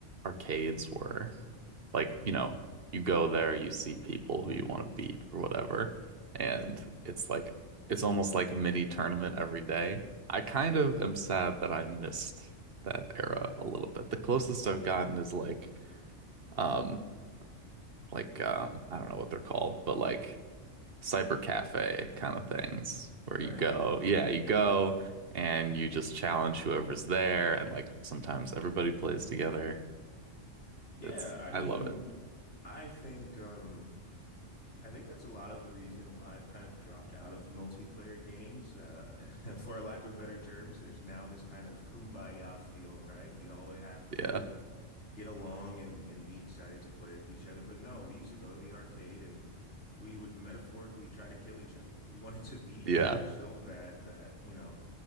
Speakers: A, on the right; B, on the left.
A: arcades were. Like, you know, you go there, you see people who you want to beat or whatever, and it's like it's almost like a mini tournament every day. I kind of am sad that I missed that era a little bit. The closest I've gotten is like um like um I don't know what they're called, but like cyber cafe kind of things where
B: Right.
A: you go, yeah, you go and you just challenge whoever's there and like sometimes everybody plays together.
B: Yeah,
A: It's
B: I mean,
A: I love it.
B: I think um I think that's a lot of the reason why I've kind of dropped out of multiplayer games. Uh, <laughs> for a lack of better terms, there's now this kind of kumbaya feel, right? You always have
A: Yeah.
B: to get along and, and be excited to play with each other. But no, we used to go to the arcade and we would metaphorically try to kill each other. We <laughs> wanted to beat each
A: Yeah.
B: other so bad that, you know,